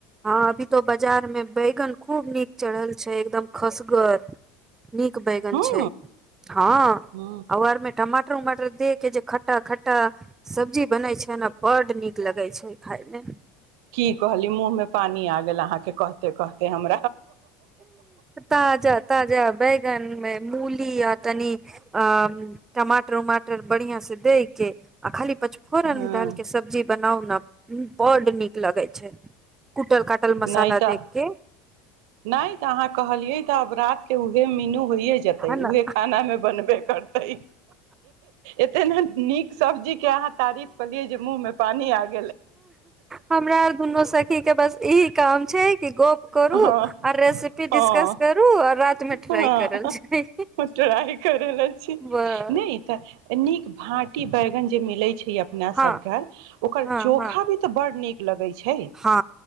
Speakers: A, on the right; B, on the right.
A: हँ अभी तो बाजार मे बैगन खूब नीक चढ़ल छै एकदम खसगर नीक बैगन
B: हूँ
A: छै हँ आ
B: हूँ
A: आरमे टमाटर उमाटर दे के जे खट्टा खट्टा सब्जी बनै छै ने बड्ड नीक लगैत छै खायमे
B: की कहली मु पानी आ गेल अहाँके कहतेे हम
A: ताजा ताजा बैगन मे मूली आ तनी अ टमाटर उमाटर बढ़िआं से दै के आ खाली पचफोरन
B: हँ हँ
A: डालके सब्जी बनाउ ने ह बड नीक लगै छै कुटल काटल मसाला
B: नहि तऽ
A: दके
B: नहि तऽ अहाँ कहलियै तऽ आब रात के उहे मीनू होइए जेतै
A: है न
B: उहे खानामे बनबे करतै एते ने नीक सब्जीक के अहाँ तारीफ केलियै जे मुँह मे पानि आब
A: हमरा आर दुनू सखी के बस ई काम छै कि गप करू
B: हँ
A: रेसपि
B: हँ
A: डिस्कस करू आ रात मे ट्राई
B: हँ
A: करल छै
B: ट्राय करै ल छी
A: बस
B: नहि तऽ नीक भांटी बैगन जे मिलै छै अपना
A: हँ
B: सब घर ओकर
A: हँ
B: चोखा
A: हँ
B: भी त ब नीक लगै छै
A: हँ